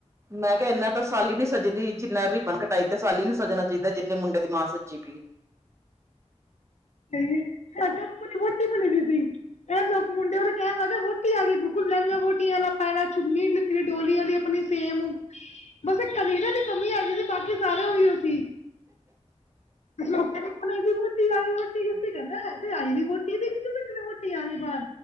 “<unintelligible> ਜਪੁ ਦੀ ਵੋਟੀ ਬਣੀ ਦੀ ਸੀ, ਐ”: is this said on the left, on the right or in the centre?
Left